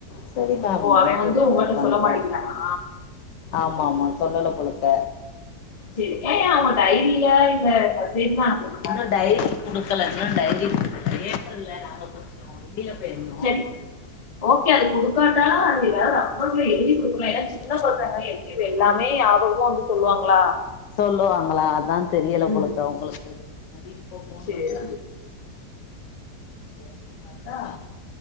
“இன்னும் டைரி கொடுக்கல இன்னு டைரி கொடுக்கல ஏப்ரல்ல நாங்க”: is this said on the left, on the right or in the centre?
Left